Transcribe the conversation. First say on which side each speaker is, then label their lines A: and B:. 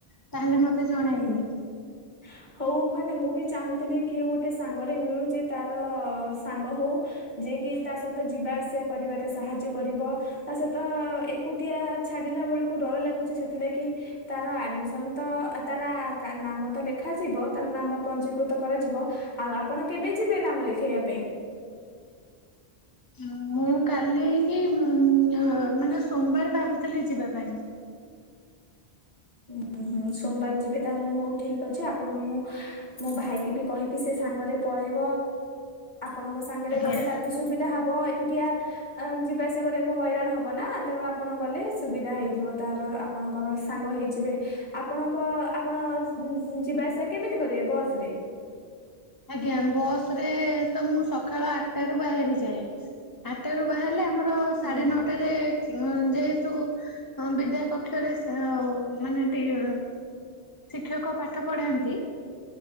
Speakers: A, on the left; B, on the left.
A: ତାହେଲେ ମତେ ଜଣାଇବେ।
B: ହୁଁ <inaudible> ହଉ ମାନେ ମୁଁ ବି ଚାହୁଁଥିଲି କିଏ ଗୋଟେ ସାଙ୍ଗରେ ମିଳୁଛି ତାର ସାଙ୍ଗ ହଉ। ଯିଏ କିି ତା ସହିତ ଯିବା ଆସିବା କରିବାରେ ସାହାଯ୍ୟ କରିବ। ଆ ସେତ ଏକୁଟିଆ ଛାଡିଲା ବେଳକୁ ଡର ଲାଗୁଛି ସେଥିଲାଗି ତାର ଆଡମିସନ ତ ଆ ତାର ଆ କା ନାମ ତ ଲେଖାଯିବ ତାର ନାମ ପଞ୍ଜୀକୃତ କରାଯିବ। ଆଉ ଆପଣ କେବେ ଯିବେ ନାମ ଲେଖେଇବା ପାଇଁ।
A: ହ ମୁଁ କାଲି କି ମ ନ ମାନେ ସୋମବାର ଭାବୁଥିଲି ଯିବା ପାଇଁ।
B: ଉଁ ହୁଁ ସୋମବାର ଯିବେ ତାହେଲେ ମୁଁ ହଉ ଠିକ ଅଛି ଆପଣ ମୁଁ ମୋ ଭାଇକି ବି କହିବି ସେ ସାଙ୍ଗରେ ପଳେଇବ ଆପଣଙ୍କ ସାଙ୍ଗରେ
A: ଆଜ୍ଞା।
B: ଗଲେ ତାର ବି ସୁବି ତଧା ହବ ଏକୁଟିଆ ଆ ଯିବା ଆସିଆ କରିବାକୁ ହଇରାଣ ହବ ନା ତେଣୁ ଆପଣ ଗଲେ ସୁବିଧା ହେଇଯିବ ତାର ଆପଣଙ୍କର ସାଙ୍ଗ ହେଇ ଯିବେ ଆପଣଙ୍କ ଆପଣ ସ ସ ଯିବା ଆସିବା କେମିତି କରିବେ ବସ ରେ
A: ଆଜ୍ଞା ବସ ରେ ତ ମୁଁ ସକାଳ ଆଟା ରୁ ବାହାରିଯାଏ। ଆଠରୁ ବାହାରିଲେ ଆମ ର
B: ହୁଁ
A: ସାଢେ ନଅଟାରେ ଅ ଯେହେତୁ ହଁ ବିଦ୍ୟା କକ୍ଷରେ ସ ଆଉ ମାନେ <unintelligible> ଶିକ୍ଷକ ପାଠ ପଢାନ୍ତି,